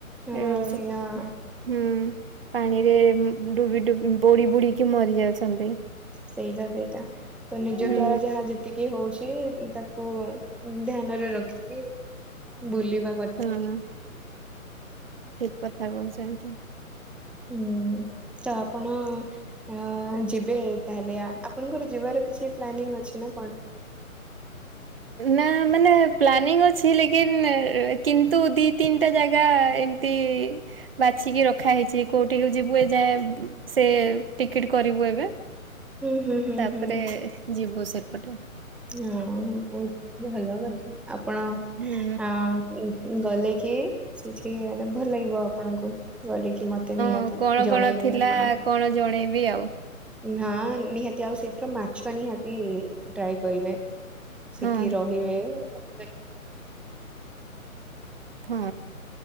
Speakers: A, in the centre; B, on the right.
A: ହଁ
B: ହୁଁ
A: ସେଇଆ
B: ପାଣିରେ ଡୁବି ଡୁବି ବୁଡି ବୁଡିକି ମରି ଯାଉଛନ୍ତି
A: ସେଇଟା ସେଇଟା ତ ନିଜ
B: ହୁଁ
A: ଦ୍ଵାରା ଯାହା ଯେ ଏତିକି ହଉଛି ତାକୁ ଧ୍ୟାନରେ ରଖିକି ବୁଲିବାକୁ
B: ହୁଁ। ଠିକ କଥା କହୁଛନ୍ତି।
A: ହୁଁ ତ ଆପଣ ଅ ଯିବେ ତାହେଲେ ଆ ଆପଣଙ୍କର ଯିବାର କିଛି ପ୍ଲାନିଂ ଅଛି ନା କଣ?
B: ନା ମାନେ ପ୍ଲାନିଂ ଅଛି ଲେକନ୍ କିନ୍ତୁ ଦି ତିନିଟା ଜାଗା ଏ ତି ବାଛିକି ରଖା ହେଇଛି କୋଉଠିକୁ ଯିବୁ ଏ ଯାଏ ସେ ଟିକିଟ କରିବୁ ଏବେ
A: ଉ ହୁଁ ହୁଁ।
B: ତାପରେ
A: ହୁଁ
B: ଯିବୁ ସେପଟେ
A: ହଁ ବହୁତ ଭଲ କଥା ଆପଣ
B: ହୁଁ
A: ଗଲେ କି ସେଠି ମାନେ ଭଲ ଲାଗିବ ଆପଣଙ୍କୁ ଗଲେ କି ମତେ ନିହାତି
B: ହଁ କଣ
A: ଜଣେଇବେ
B: କଣ ଥିଲା
A: ଆପଣ
B: କଣ ଜଣେଇବି ଆଉ।
A: ହଁ ନିହାତି ଆଉ ସେଇଥିରେ ମାଛ ନିହାତି ଟ୍ରାଏ କରିବେ। ସେଠି
B: ହଁ
A: ରହିବେ। ଭଲ
B: ହଁ